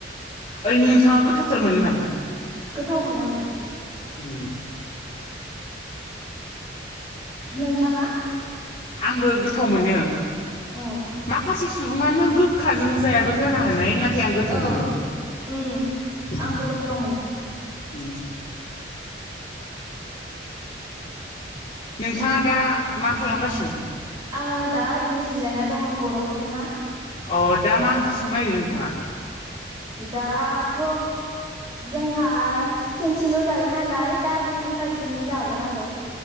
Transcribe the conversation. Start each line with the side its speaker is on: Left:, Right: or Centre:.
Left: ओरैनो नोंथाङा गोथावथार मोनो नामा?
Right: गोथाव मोनो ओं।
Left: उम
Right: नोंथाङा?
Left: आंबो गोथाव मोनो
Right: उम
Left: माखासे सुबुङानो गो खाजों जायाबो जानो हानाय ना थाय आं गोथाव
Right: औ
Left: मोनो
Right: उम
Left: ओम
Right: आंबो गोथाव मोनो
Left: नोंथाङा दा मा खालामगासिनो?
Right: आङो दा ओरैनो जिरायना दङ गरमथारना।
Left: अ दा मा ओंख्रि संनो नागिरदों नोंथाङा
Right: दाथ' जोंहा खेनसेल' जायो नालाय दालि रुनायजोंनो जागोन आरो